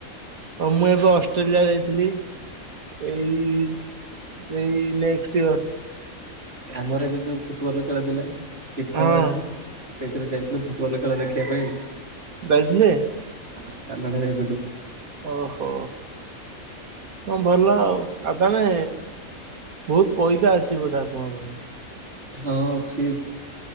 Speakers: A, on the right; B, on the right.
A: ଓ ମୁଁ ଏବେ ଅଷ୍ଟ୍ରେଲିଆ ଯାଇଥିଲି।
B: ଆଚ୍ଛା
A: ଏଇ ଏଇ ନେକ୍ସଟ୍ ଇୟର୍।
B: ଏ ଆମର ଏବେ ଯୋଉ ଫୁଟବଲ୍ ଖେଳ ଥିଲା ଫିଫା
A: ହଁ
B: ୱାଲ୍ଡ କପ୍ ସେଇଥିରେ ଯାଇଥିଲୁ ଫୁ ବଲ୍ ଖେଳ ଦେଖିବା ପାଇଁ।
A: ବେଳ ଥିଲେ?
B: ହଁ କାନାଡ଼ା ଯାଇଥିଲୁ।
A: ଓହୋ, ହଁ ଭଲ ଆଉ ଆଉ ତାହାନେ ବହୁତ ପଇସା ଅଛି ବୋଧେ ଆପଣଙ୍କ ପାଖରେ?
B: ହଁ ଅଛି।